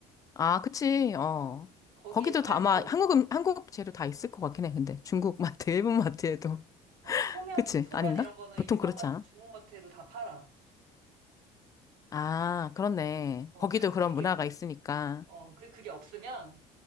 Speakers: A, on the left; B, on the right.
A: 아, 그치, 어.
B: 어, 거기에
A: 거기도
B: 팔고,
A: 다 아마 한국, 음- 한국 재료 다 있을 것 같긴 해, 근데. 중국
B: 어,
A: 마트, 일본 마트에도. <laughs>
B: 어, 소면,
A: 그치?
B: 소면
A: 아닌가?
B: 이런 거는
A: 보통
B: 일본
A: 그렇지
B: 마트,
A: 않아?
B: 중국 마트에도 다 팔아.
A: 아, 그렇네.
B: 어,
A: 거기도
B: 그리고
A: 그런
B: 그게,
A: 문화가
B: 응.
A: 있으니까.
B: 어, 그리고 그게 없으면